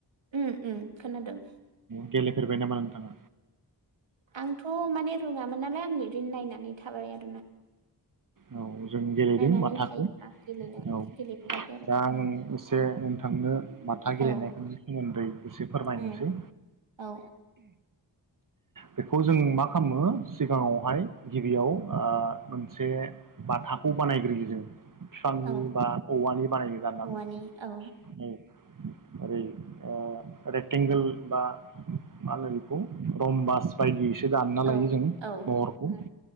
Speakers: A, on the right (about 85°); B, on the right (about 45°).
A: उम उम खोनादों।
B: गेलेफेरबाय नामा नोंथाङा?
A: आंथ' माने रोङामोन नालाय आंरैनो नायनानै थाबाय आरो।
B: औ जों गेलेदों
A: नायनानै
B: बाथाखौ
A: थायोमोन आं गेलेनो
B: औ
A: गेलेफेराखै आरो
B: दा आं एसे नोंथांनो बाथा गेलेनायनि
A: औ
B: सोमोन्दै एसे फोरमायनोसै।
A: उम औ
B: बेखौ जों मा खामो सिगाङावहाय गिबियाव आ मोनसे बाथाखौ बानायग्रोयो जों। बिफांनि
A: औ
B: बा औवानि बानायनो गाननानै
A: औवानि औ
B: औ ओरै आ रेथेंगोल बा मालायनिखौ कम बास बायदि दानना लायो
A: औ
B: जों
A: औ
B: महरखौ।
A: उम